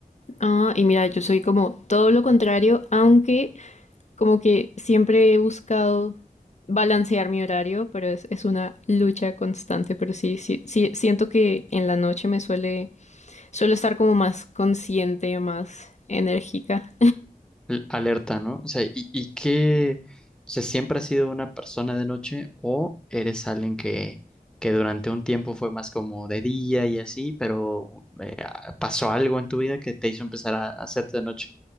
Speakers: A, on the left; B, in the centre.
A: Ah, y mira, yo soy como todo lo contrario, aunque como que siempre he buscado balancear mi horario, pero es, es una lucha constante, pero sí, sí, sí, siento que en la noche me suele, suelo estar como más consciente, más enérgica.
B: L- Alerta, ¿no? O sea, ¿y, y qué? O sea, ¿siempre has sido una persona de noche o eres alguien que, que durante un tiempo fue más como de día y así, pero eh, pasó algo en tu vida que te hizo empezar a, a hacerte de noche?